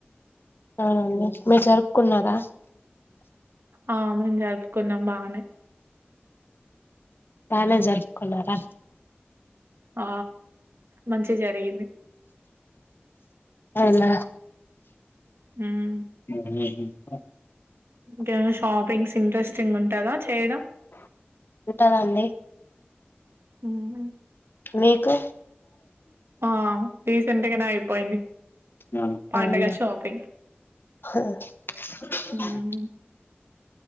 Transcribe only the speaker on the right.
ఆ మేం జరుపుకున్నాం బానే
ఆ మంచి జరిగింది
ఉమ్.
ఇంకేమన షాప్ పింగ్స్ ఇంట్రెస్టింగ్ ఉంటదా చేయడం
ఉఉ
ఆ రీసెంట్గానే అయిపోయింది
పండగ షాపింగ్
హ్మ్